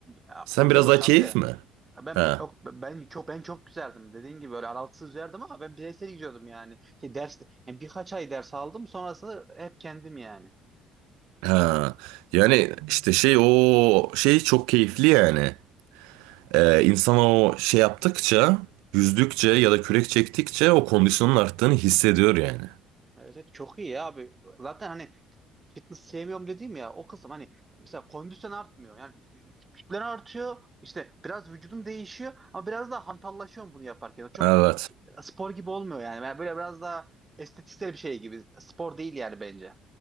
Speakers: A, on the right; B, on the right.
A: Ya
B: Sen
A: Oluyordu
B: biraz daha
A: tabii
B: keyif
A: de.
B: mi?
A: Ya Ben
B: Ha.
A: yok, ben çok ben çok güzeldim. Dediğin gibi öyle aralıksız üzerdim ama ben bireysel gidiyordum yani. Şey, ders yani birkaç ay ders aldım sonrasında hep kendim yani.
B: Ha. Yani işte şey o şey çok keyifli yani. Ee, insana o şey yaptıkça, yüzdükçe ya da kürek çektikçe o kondisyonun arttığını hissediyor yani.
A: Evet, evet çok iyi ya abi. Zaten hani fitness sevmiyorum dediğim ya o kısım hani mesela kondisyon artmıyor. Yani Kütlen artıyor. işte biraz vücudun değişiyor ama biraz daha hantallaşıyorsun bunu yaparken. Çok
B: Evet.
A: e, şey, spor gibi olmuyor yani. Yani böyle biraz daha estetiksel bir şey gibi. Spor değil yani bence.